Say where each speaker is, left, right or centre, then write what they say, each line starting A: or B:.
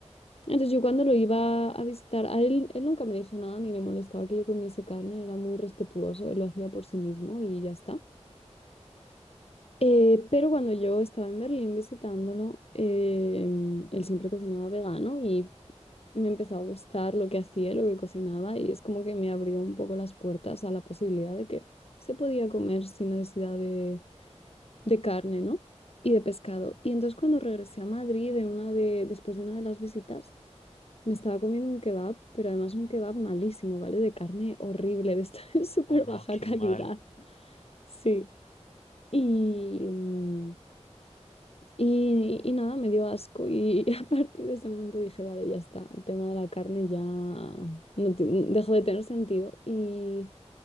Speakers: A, on the left (about 60°); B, on the left (about 85°).
A: Entonces yo cuando lo iba a visitar, a él, él nunca me dijo nada ni le molestaba que yo comiese carne, era muy respetuoso, él lo hacía por sí mismo y ya está. Eh, pero cuando yo estaba en Berlín visitándolo, eh, él siempre cocinaba vegano y me empezó a gustar lo que hacía, lo que cocinaba y es como que me abrió un poco las puertas a la posibilidad de que se podía comer sin necesidad de, de carne, ¿no? Y de pescado. Y entonces cuando regresé a Madrid de una de, después de una de las visitas, me estaba comiendo un kebab, pero además un kebab malísimo, ¿vale? De carne horrible, de esta <laughs> súper
B: Oh no,
A: baja
B: qué
A: calidad.
B: mal.
A: Sí. Y... mm, Y, y nada, me dio asco y <laughs> a partir de ese momento dije, vale, ya está, el tema de la carne ya no ti- dejó de tener sentido. Y